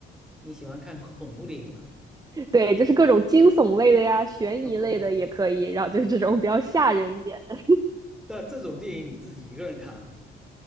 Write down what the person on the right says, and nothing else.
<laughs> 对，就是各种惊悚类的呀，悬疑类的也可以，
然后就是这种比较吓人一点的。